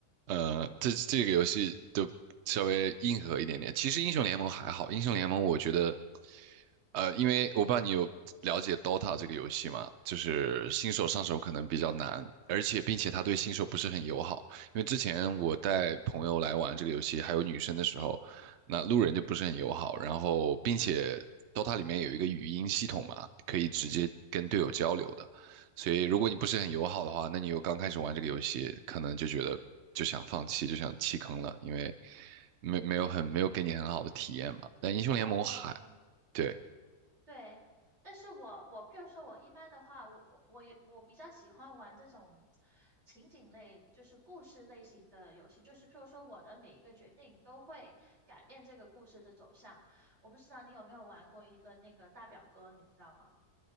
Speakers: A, on the right; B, on the right.
A: 呃，这这个游戏就稍微硬核一点点。其实英雄联盟还好，英雄联盟我觉得。呃，因为我不知道你有了解 Dota 这个游戏吗？就是新手上手可能比较难，而且并且它对新手不是很友好。因为之前我带朋友来玩这个游戏，还有女生的时候，那路人就不是很友好。然后，并且 Dota 里面有一个语音系统嘛，可以直接跟队友交流的。
B: 嗯，
A: 所以，如果你不是很友好的话，那你又刚开始玩这个游戏，可能就觉得就想放弃，就想弃坑了，因为没没有很没有给你很好的体验嘛。但英雄联盟还
B: 哦，
A: 对。
B: 对，但是我我譬如说，我一般的话，我我我也我比较喜欢玩这种情景类，就是故事类型的游戏。就是譬如说，我的每一个决定都会改变这个故事的走向。我不知道你有没有玩过一个那个大表哥，你知道吗？